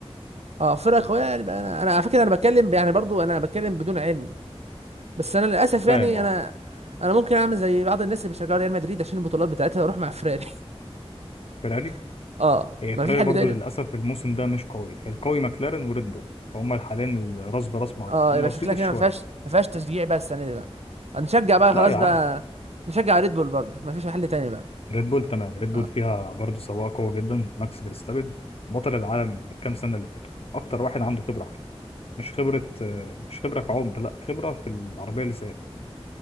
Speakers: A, on the right (about 80°); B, on the left (about 65°).
A: اه فرقه قويه يعني بقى انا انا على فكره انا بتكلم يعني برضو انا بتكلم بدون علم بس انا للاسف
B: فاهم
A: يعني
B: اه
A: انا انا ممكن اعمل زي بعض الناس اللي بيشجعوا ريال مدريد عشان البطولات بتاعتها واروح مع فراري
B: فيراري
A: <laughs> اه
B: هي
A: ما
B: فيراري
A: فيش حل
B: برضو
A: تاني
B: للأسف الموسم ده مش قوي القوي ماكلارين وريد بول هما حاليا راس براس مع
A: اه
B: بعض ومرسيدس
A: يبقى شكلها كده
B: شوية
A: ما فيهاش ما فيهاش تشجيع بقى السنه دي بقى هنشجع بقى
B: لا
A: خلاص
B: يا
A: بقى
B: عم
A: نشجع ريد بول برضه ما فيش حل تاني بقى
B: ريد بول تمام ريد بول
A: اه
B: فيها برضه سواق قوي جدا ماكس فيرستابن بطل العالم بالكام سنة اللي فاتوا أكتر واحد عنده خبرة حاليا مش خبرة آه، مش خبرة كعمر لا خبرة في العربية اللي سايقها